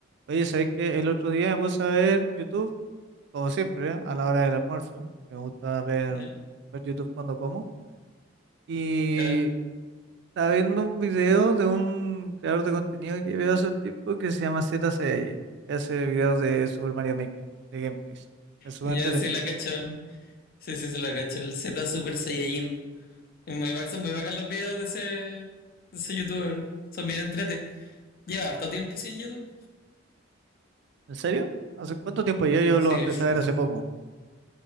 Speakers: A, on the right (about 60°); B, on the left (about 50°).
A: Oye, ¿sabes qué? El otro día me puse a ver YouTube, como siempre, ¿eh? a la hora del almuerzo. que Me gusta ver,
B: Ya,
A: ver YouTube cuando como. Y
B: claro.
A: estaba viendo un video de un creador de contenido que veo hace un tiempo que se llama Z Saiyajin, que hace videos de Super Mario Maker, de gameplays. Es súper
B: Ya
A: entretenido.
B: sí la cacho. Sí, sí, sí la cacho. El Z Super Saiyajin. Es muy, ba- son muy bacán los videos de ese, de ese youtuber. Son bien entrete. Lleva harto tiempo sin YouTube.
A: ¿En serio? ¿Hace cuánto tiempo yo, yo
B: Sí,
A: lo empecé
B: sí,
A: a ver
B: sí,
A: hace
B: sí.
A: poco?